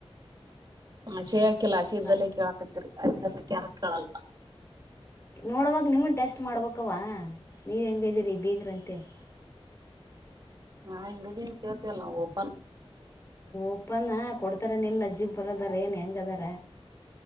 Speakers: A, on the right (about 40°); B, on the left (about 30°).
A: ಆಸೆ ಹಾಕಿಲ್ಲ
B: ಮೇಕಲ್ಲ್ದಲ್ಲ
A: ಆಸೆ ಇದ್ದಲ್ಲೇ ಕೇಳಾಕತ್ತೀರಿ ಆಸೆ ಇರ್ಲಿಕ್ ಯಾರು ಕೇಳಲ್ಲ
B: ನೋಡವಾಗ ನಿಮ್ಮನ್ನ ಟೆಸ್ಟ್ ಮಾಡ್ಬೇಕವಾ ನೀವು ಹೆಂಗ್ದೀರಿ ಬೀಗ್ರಂತೆೇಳ
A: ನಾ ಹಂಗನ್ ಕೇತೇಲ್ಲ ನಾವು ಓಪನ್
B: ಉಪ್ಪನ ಕೊಡ್ತಾರೇನ ಇಿಲ್ಲ ಅಜ್ಜಿಬ್ ಬರದಾರ ಏನ್ ಹೆಂಗ ಅದಾರ